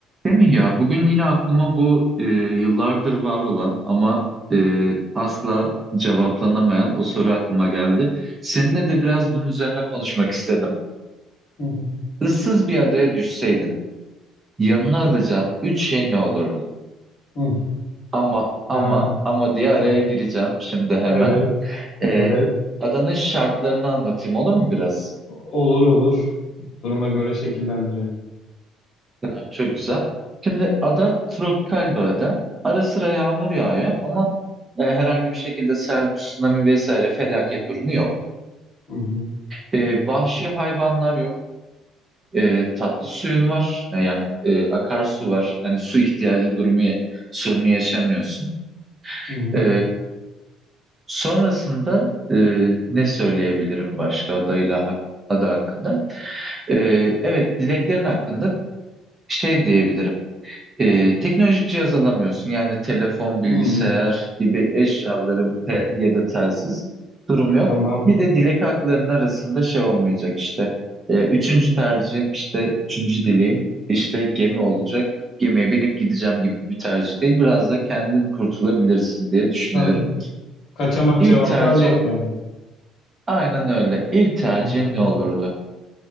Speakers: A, on the right (about 15°); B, on the left (about 40°).
A: Değil mi ya? Bugün yine aklıma bu e, yıllardır var olan ama e, asla cevaplanamayan o soru aklıma geldi. Seninle de biraz bunun üzerine konuşmak istedim.
B: Hı hı.
A: Issız bir adaya düşseydin, yanına alacağın üç şey ne olurdu?
B: Hı.
A: Ama
B: Ya.
A: ama ama diye araya
B: Ha.
A: gireceğim şimdi hemen.
B: Evet.
A: E,
B: Evet.
A: adanın şartlarını anlatayım olur mu biraz?
B: Olur olur. Duruma göre şekillendirelim.
A: Tamam çok güzel. Şimdi ada tropikal bir ada. Ara sıra yağmur yağıyor ama e, herhangi bir şekilde sel, tsunami vesaire felaket durumu yok.
B: Hı hı.
A: E, vahşi hayvanlar yok. E, tatlı suyun var. E, yani e, akarsu var. Hani su ihtiyacı durumu ya- sorunu yaşamıyorsun.
B: Hı hı.
A: E, sonrasında e, ne söyleyebilirim başka adayla hak- ada hakkında? E, evet dileklerin hakkında şey diyebilirim. E, teknolojik cihaz alamıyorsun. Yani telefon, bilgisayar
B: Hı.
A: gibi eşyaların te- ya da telsiz durum yok.
B: Tamam.
A: Bir de dilek haklarının arasında şey olmayacak işte. E, üçüncü tercihim işte üçüncü dileğim işte gemi olacak. Gemiye binip gideceğim gibi bir tercih değil. Biraz da kendin kurtulabilirsin diye düşünüyorum.
B: Tamam. Kaçamak
A: İlk
B: cevaplar
A: tercihin
B: yok yani.
A: aynen öyle. İlk tercihin
B: Hı hı.
A: ne olurdu?